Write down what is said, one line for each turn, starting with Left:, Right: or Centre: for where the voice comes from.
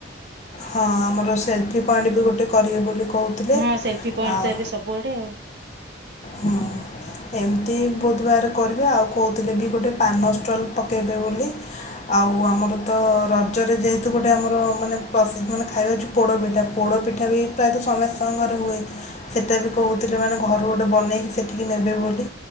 Left: ହଁ ଆମର ସେଲଫି ପଏଣ୍ଟ ବି ଗୋଟେ କରିବେ ବୋଲି କହୁଥିଲେ
Right: ହଁ ସେଲଫି ପଏଣ୍ଟ
Left: ଆଉ
Right: ତ ଏବେ ସବୁଆଡେ ଆଉ
Left: ହୁଁ ଏମିତି ବହୁତ ବାର କରିବେ ଆଉ କହୁଥିଲେ ବି ଗୋଟେ ପାନଷ୍ଟ୍ରଲ୍ ପକେଇବେ ବୋଲି ଆଉ ଆମର ତ ରଜରେ ଯେହେତୁ ଗୋଟେ ଆମର ମାନେ ପ୍ରସିଦ୍ଧ ମାନେ ଖାଇବା ଅଛି ପୋଡ଼ପିଠା ପୋଡ଼ ପିଠା ବି ପ୍ରାୟତଃ ସମସ୍ତଙ୍କ ଘରେ ହୁଏ ସେଇଟା ବି କହୁଥିଲେ ମାନେ ଘରୁ ଗୋଟେ ବନେଇକି ସେଠିକି ନେବେ ବୋଲି